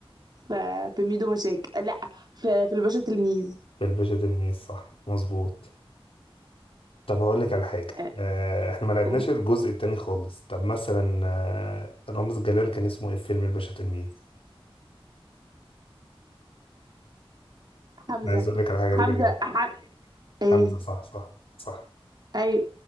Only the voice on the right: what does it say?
ف... في ميدو مشاكل لا في, في الباشا تلميذ
آه،
أو-
حمزة
حمزة
ح... ايه
ايوه